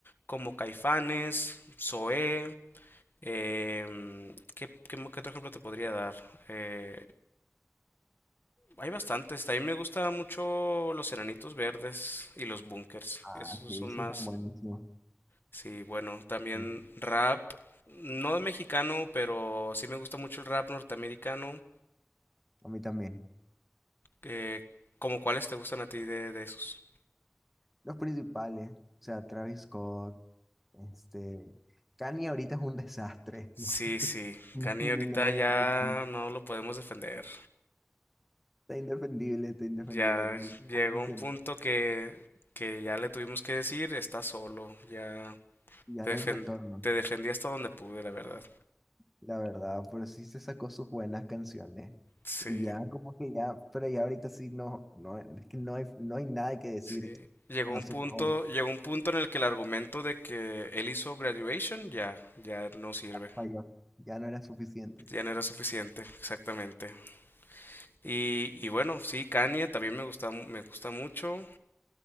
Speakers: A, on the left; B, in the centre.
A: como Caifanes, Zoé. em, ¿qué, qué, mo- qué otro ejemplo te podría dar? Eh, Hay bastantes. a mí me gusta mucho los enanitos verdes y los bunkers.
B: Ah,
A: Esos
B: sí,
A: son
B: esos
A: más.
B: son buenísimos.
A: Sí, bueno, también
B: Sí,
A: rap. No de mexicano, pero sí me gusta mucho el rap norteamericano.
B: a mí también.
A: Eh, ¿cómo cuáles te gustan a ti de, de esos?
B: Los principales, o sea, Travis Scott, este, Kanye ahorita es un desastre,
A: Sí,
B: <laughs> ¿no?
A: sí.
B: No,
A: Kanye
B: Ni
A: ahorita
B: le voy
A: ya
B: a mencionar.
A: no lo podemos defender.
B: Está indefendible, está indefendible,
A: Ya
B: ni le
A: llegó
B: puedo mencionar.
A: un punto que, que ya le tuvimos que decir, está solo. Ya
B: Ya
A: te
B: no hay
A: defen-
B: retorno,
A: te defendí hasta donde pude, la verdad.
B: la verdad, pero sí se sacó sus buenas canciones.
A: Sí.
B: Y ya como que ya, pero ya ahorita sí no, no, es que no hay, no hay nada que decir
A: Sí. Llegó
B: a
A: un
B: su
A: punto,
B: favor.
A: llegó un punto en el que el argumento de que él hizo graduation ya, ya no sirve.
B: Falló. Ya no era suficiente.
A: Ya no era suficiente, exactamente. Y, y bueno, sí, Kanye también me gusta, mu- me gusta mucho.